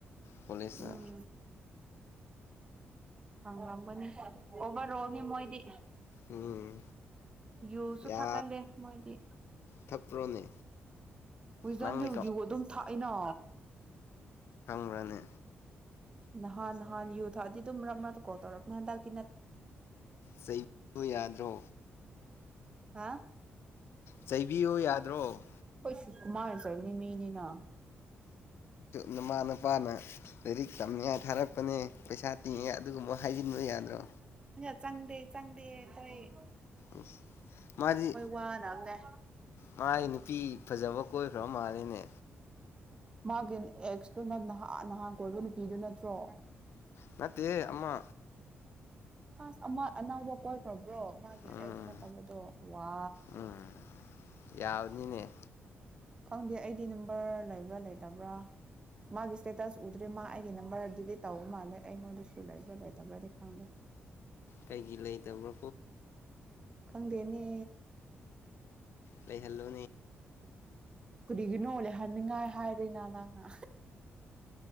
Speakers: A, on the left; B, on the right.
A: ꯀꯣꯂꯦꯖꯇ
B: ꯎꯝ ꯍꯪꯥꯡꯕꯅꯤ ꯑꯣꯚꯔ ꯑꯣꯜꯅꯤ ꯃꯣꯏꯗꯤ
A: ꯎꯝ
B: ꯨꯌꯨꯁꯨ
A: ꯌꯥ
B: ꯊꯥꯛꯀꯜꯂꯦ ꯃꯣꯏꯗꯤ
A: ꯊꯛꯄ꯭ꯔꯣꯅꯦ
B: ꯖꯤꯝ
A: ꯅꯪꯗꯤ
B: ꯨ ꯑꯗꯨꯝ ꯊꯥꯛꯏꯅꯣ
A: ꯄꯨꯔꯅꯦ
B: ꯅꯍꯥꯟ ꯅꯍꯥꯟ ꯌꯨ ꯊ ꯑꯗꯨꯗꯤ ꯑꯗꯨꯝ ꯀꯣ ꯇꯧꯔ ꯅ
A: ꯆꯩꯕ ꯌꯥꯗ꯭ꯔꯣ
B: ꯍꯥ
A: ꯆꯩꯕꯤꯌꯨ ꯌꯥꯗ꯭ꯔꯣ
B: ꯀꯣꯏꯁꯨꯨ ꯀꯨꯃꯥ ꯀꯥꯏꯅꯤ ꯃꯤꯅꯤꯅ
A: ꯃꯤ ꯃꯥꯅ ꯅꯨꯄꯥꯅ ꯂꯥꯏꯔꯤꯛ ꯇꯝꯅꯤꯉꯥꯏ ꯊꯥꯔꯛꯄꯅꯦ ꯄꯩꯁꯥ ꯇꯤꯡꯉꯉꯥꯏ ꯑꯗꯨꯒꯨꯝꯕ ꯍꯥꯏꯖꯤꯟꯕ ꯌꯥꯗ꯭ꯔꯣ
B: ꯆꯪꯗ ꯆꯪꯗ ꯇꯌꯦ
A: ꯎ ꯃꯥꯗꯤ
B: ꯋꯥꯅꯕꯅꯦ
A: ꯃꯥꯗꯤ ꯅꯨꯄꯤ ꯐꯖꯕ ꯀꯣꯏꯈ꯭ꯔꯕ ꯃꯥꯂꯦꯅꯦ
B: ꯃꯥꯒꯤꯅꯦ ꯑꯦꯁꯅ ꯑꯥ ꯅꯍꯥꯟ ꯀꯣꯏꯕ ꯅꯨꯄꯤꯗꯨ ꯅꯠꯇ꯭ꯔꯣ
A: ꯉꯅꯥꯠꯇꯦ ꯑꯃ
B: ꯍ ꯑꯃ ꯑꯅꯧꯕ ꯀꯣꯏꯈ꯭ꯔꯕ꯭ꯔꯣ ꯃꯥꯒꯤ
A: ꯎꯝ
B: ꯅꯗꯣ ꯋꯥ
A: ꯎꯝ ꯌꯥꯕꯅꯤꯅꯦ
B: ꯈꯪꯗꯦ ꯑꯩꯗꯤ ꯅꯝꯕꯔ ꯂꯩꯕ꯭ꯔꯥ ꯂꯩꯇꯕ꯭ꯔꯥ ꯃꯥꯒꯤ ꯏꯁꯇꯦꯇꯁ ꯎꯗ꯭ꯔꯦ ꯃꯥ ꯑꯩꯒꯤ ꯅꯝꯕꯔ ꯗꯤꯂꯤꯠ ꯇꯧꯕ ꯃꯥꯜꯂꯦ ꯑꯩꯉꯣꯟꯗꯁꯨ ꯂꯩꯕ꯭ꯔꯥ ꯂꯩꯇꯕ꯭ꯔꯗꯤ ꯈꯪꯗꯦ
A: ꯀꯩꯒꯤ ꯂꯩꯇꯕ꯭ꯔꯣ
B: ꯈꯪꯗꯦꯅꯦ
A: ꯂꯩ ꯆꯜꯂ
B: ꯀꯔꯤꯒꯤꯅꯣ ꯂꯩꯍꯟꯅꯤꯡꯉꯥꯏ ꯍꯥꯏꯔꯦꯅ ꯅꯪꯅ